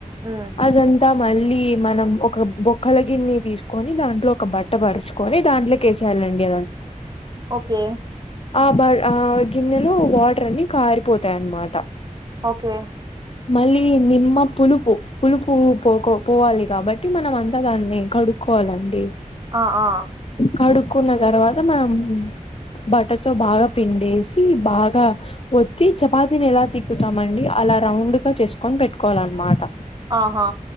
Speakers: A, on the right; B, on the left.
A: ఉమ్
B: అదంతా మళ్ళీ మనం ఒక బొక్కల గిన్నె తీసుకొని దాంట్లో ఒక బట్ట పరుచుకొని దాంట్లోకేసేయాలి అండి
A: ఓకే
B: ఆ బ ఆ గిన్నెలు వాటర్ ని కారిపోతాయన్నమాట
A: ఓకే
B: మళ్ళీ నిమ్మ పులుపు పులుపు పో పోవాలి కాబట్టి మనం అంతా దాన్ని కడు కోవాలండి
A: ఆ ఆ
B: కడుకున్నగరవాద మనం బట్ట తో బాగా పిండేసి బాగా ఒత్తి చపాతని ఎలా తిక్కుతామండి అలా రౌండ్ గా చేసుకొని పెట్టుకోవాల అన్నమాట
A: ఆహా